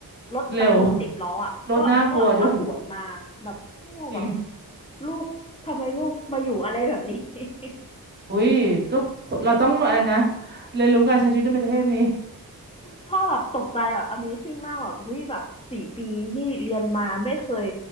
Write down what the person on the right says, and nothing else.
เร็ว <laughs> รถน่ากลัวด้วยจริง
อุ้ยก็เราต้องอะไรนะเรียนรู้การใช้ชีวิตในประเทศนี้